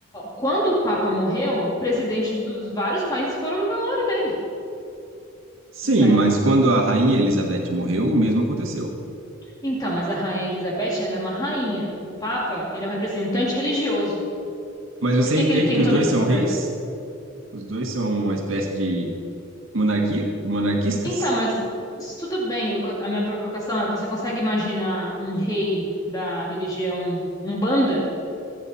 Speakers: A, on the left (about 20°); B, on the right (about 80°).
A: Quando o Papa morreu, presidente dos vários países foram no velório dele.
B: Sim,
A: Então,
B: mas quando a rainha Elizabeth morreu, o mesmo aconteceu.
A: então, mas a Rainha Elizabeth, ela é uma rainha. O Papa, ele é um representante religioso.
B: Mas
A: Por
B: você
A: que
B: entende
A: que ele tem
B: que
A: todo
B: os dois
A: esse
B: são
A: poder?
B: reis? Os dois são uma espécie de monarquia? Monarquistas?
A: Então, mas s- tudo bem, o que eu- a minha provocação é, você consegue imaginar um rei da religião Umbanda,